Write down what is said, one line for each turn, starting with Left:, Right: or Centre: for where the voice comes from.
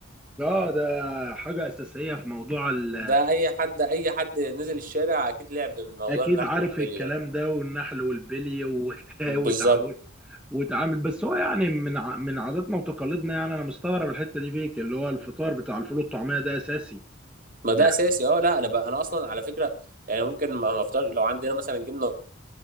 Centre: اه ده حاجه اساسيه في موضوع ال...
Right: ده اي حد اي حد نزل الشارع اكيد لعب موضوع
Centre: اكيد
Right: النحل
Centre: عارف
Right: والبلي
Centre: الكلام
Right: ده
Centre: ده والنحل والبلي وت... <laughs>
Right: بالظبط
Centre: وت... وتعامل بس هو يعني من ع... من عاداتنا وتقاليدنا يعني انا مستغرب الحته دي فيك اللي هو الفطار بتاع الفول والطعميه ده اساسي
Right: ما ده
Centre: يعني
Right: اساسي اه لا انا بقى انا اصلا على فكره يعني ممكن ما ما افطر لو عندنا مثلا جبنه